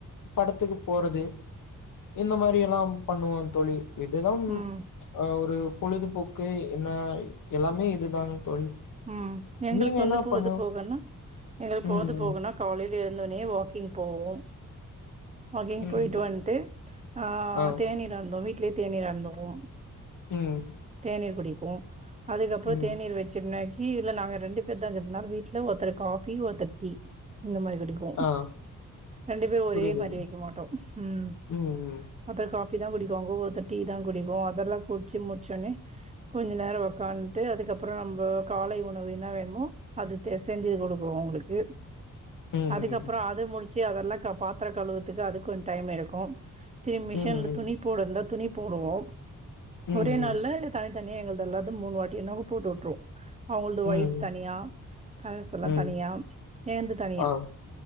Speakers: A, on the left; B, on the right.
A: படத்துக்கு போறது இந்த மாரி எல்லாம் பண்ணுவோம் தோழி இதுதான்
B: ம்,
A: ஹ ஒரு பொழுதுபோக்கு என்ன எல்லாமே இதுதான் தோழி
B: உம் எங்களுக்கு
A: நீங்க
B: வந்து
A: என்ன
B: பொழுது
A: பண்ணு
B: போகனா எங்களுக்கு
A: ம்
B: பொழுது போகனா காலையில இருந்தோனே வாக்கிங் போவோம் வாக்கிங்
A: ம்
B: போயிட்டு வந்துட்டு ஆஹ்
A: ஆ
B: தேனீர் அருந்துவோம் வீட்லயே தேனீர் அருந்துவோம்
A: ம்
B: தேநீர் குடி உம் அதுக்கப்பறம்
A: ம்
B: தேநீர் வச்சுனே டீ இல்ல நாங்க ரெண்டு பேர் தாங்க இருக்குறதுனால வீட்ல ஒருத்தர் காஃபி ஒருத்தர் டீ இந்த மாரி பிடிக்கும்
A: ஆ
B: ரெண்டு பேரும்
A: புரியுது
B: ஒரே மாதிரி வைக்க மாட்டோம் உம்
A: ம்
B: ஒருதர் கஃபி ப்பி தான் குடிகோ வங்கத்த டீ தான் குடிக்கும் அதெல்லாம் குடிச்சு முடிச்சோன்னே கொஞ்ச நேரம் உக்காந்துட்டு அதுக்கப்பறம் நம்ம காலை உணவுன்னா வேணுமோ அது செஞ்சி குடுக்குவோம் அவங்களுக்கு
A: ம் ம்
B: அதுக்கப்பறம் அத முடிச் ச்ச அதெல்லாம் பாத்திர கழுவுதுக்கு அதுக்கு கொஞ்ச டைம் எடுக்கும் திரு மிஷன்ல
A: ம்
B: துணி போடுருந்த துணி போடுவோம்
A: ம்
B: ஒரே நாள்ல தனி அதனே எங்கள் எல்லாவது மூணு வாட்டினாவது போட்டு விட்ருவோம் அவங்களது
A: ம்
B: ஒயிட்
A: ம் ம்
B: தனியா கலர்ஸ் எல்லா
A: ம்
B: தனியா ஏந்து தனியா
A: ஆ